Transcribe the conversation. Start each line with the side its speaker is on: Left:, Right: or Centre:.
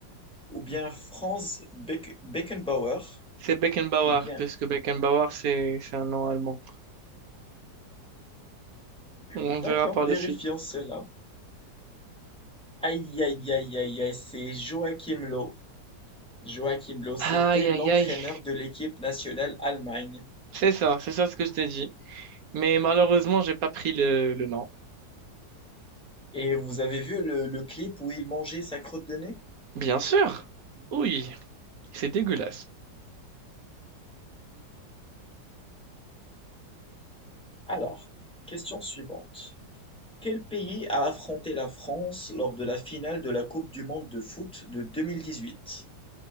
Centre: ou bien Franz Beck- Beckenbauer,
Right: C'est Beckenbauer,
Centre: ou bien...
Right: puisque Beckenbauer, c'est, c'est un nom allemand. On
Centre: D'accord,
Right: verra par
Centre: vérifions
Right: la suite.
Centre: cela. Aïe, aïe, aïe, aïe, aïe, c'est Joachim Löw. Joachim Löw, c'était
Right: Aïe,
Centre: l'entraîneur
Right: aïe, aïe.
Centre: de l'équipe nationale Allemagne.
Right: C'est ça, c'est ça ce que je t'ai dit. Mais malheureusement, j'ai pas pris le, le nom.
Centre: Et vous avez vu le, le clip où il mangeait sa crotte de nez?
Right: Bien sûr. Oui, c'est dégueulasse.
Centre: Alors, question suivante. Quel pays a affronté la France lors de la finale de la Coupe du monde de foot de 2018?